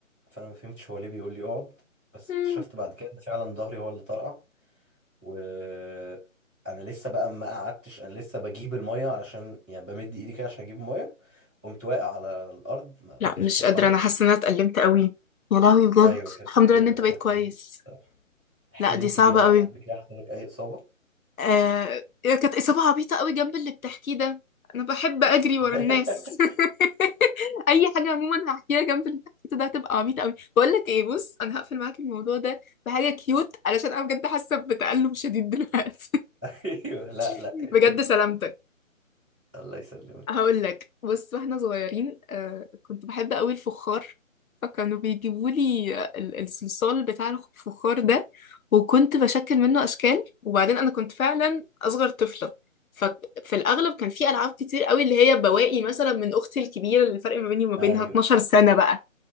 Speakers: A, in the centre; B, on the left.
A: فانا ما فهمتش هو ليه بيقول لي اقعد بس
B: مم.
A: اكتشفت بعد كده ان فعلا ظهري هو اللي طرقع وانا لسه بقى ما قعدتش انا لسه بجيب الميه عشان يعني بمد ايدي كده عشان اجيب الميه قمت واقع على الارض ما
B: لا
A: قدرتش
B: مش
A: اتحرك
B: قادرة أنا حاسة إن أنا اتألمت قوي يا لهوي بجد
A: ايوه كانت
B: الحمد لله إن أنت بقيت
A: كانت
B: كويس
A: الصراحه احكي
B: لا
A: لي
B: دي
A: انت
B: صعبة قوي
A: قبل كده حصل لك اي اصابه
B: آه كانت إصابة عبيطة قوي جنب اللي بتحكيه ده أنا بحب أجري ورا
A: <laughs>
B: الناس <laughs> أي حاجة عموما هحكيها جنب اللي بتحكيه ده هتبقى عبيطة قوي بقول لك إيه بص أنا هقفل معاك الموضوع ده بحاجة كيوت علشان أنا بجد حاسة بتألم شديد دلوقتي
A: ايوه لا لا
B: <laughs>
A: اقفلي
B: بجد سلامتك
A: الله يسلمك
B: هقول لك بص واحنا صغيرين آه كنت بحب قوي الفخار فكانوا بيجيبوا لي الصلصال بتاع الفخار ده وكنت بشكل منه اشكال وبعدين انا كنت فعلا اصغر طفله ففي الاغلب كان في العاب كتير قوي اللي هي بواقي مثلا من اختي الكبيره اللي الفرق ما بيني وما بينها
A: ايوه
B: 12 سنه بقى